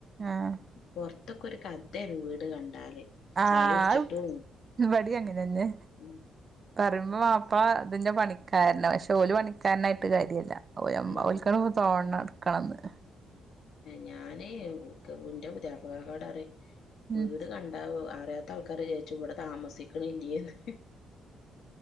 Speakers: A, on the right; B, on the left.
A: ആഹ്
B: പൊറത്തൊക്കെ ഒരു കഥയാണ് വീട് കണ്ടാല്
A: ആഹ്
B: ചളി പിടിച്ചിട്ടും
A: ഇവിടെ അങ്ങനെന്നെ
B: ഉം
A: പറയുമ്പോ വാപ്പ അതിന്റെ പണിക്കാരനാ പക്ഷെ ഓലി പണിക്കാരനായിട്ട് കാര്യമല്ല! ഓയമ്മ
B: ആഹ്
A: ഓൽക്ക് തോണണം എടുക്കണംന്ന്
B: ഞാന് ഇന്റെ പുതിയാപ്പൾനോട് പറയും വീട്
A: ഉം
B: കണ്ട ആഹ് അറിയാത്ത ആൾക്കാര് ചോദിച്ചു ഇവിടെ താമസിക്കണില്ലേന്ന്